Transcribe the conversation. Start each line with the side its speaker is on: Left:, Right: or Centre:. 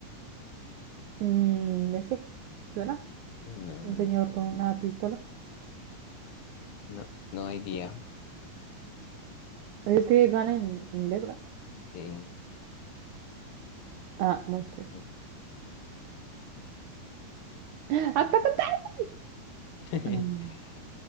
Right: Mm, este, ¿suena?
Left: No,
Right: Un
Left: no
Right: señor
Left: sé.
Right: con una pistola.
Left: No, no hay día.
Right: Así escribe Gun en inglés, ¿verdad?
Left: Sí.
Right: Ah, Monster.
Left: Mm.
Right: <gasps> ¡Ah, ¡Attack on Titan!
Left: <laughs>
Right: Mm,